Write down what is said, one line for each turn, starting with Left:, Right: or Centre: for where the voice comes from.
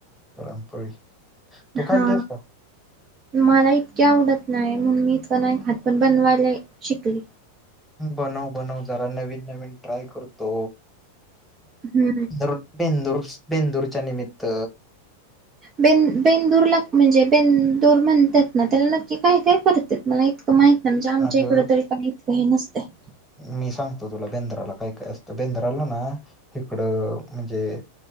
Centre: पुरणपोळी. तू
Right: हा
Centre: खाल्ली आहेस का
Right: मला इतकी आवडत नाही. म्हणून मी ह नाही खात, पण बनवायला शिकली.
Centre: बनव-बनव जरा नवीन-नवीन ट्राय करतो.
Right: हम्म
Centre: बेंदूर-बेंदूरच्या निमित्त
Right: ब बेंदूर ला म्हणजे बेंदूर म्हणतात ना, त्याला नक्की काय-काय करतात मला? इतकं माहित नाही, म्हणजे आमच्या
Centre: अगं
Right: इकड तरी काही इतक हे नसतय.
Centre: मी सांगतो तुला, बेंद्राला काय-काय असतं. बेंद्राला ना इकडं म्हणजे-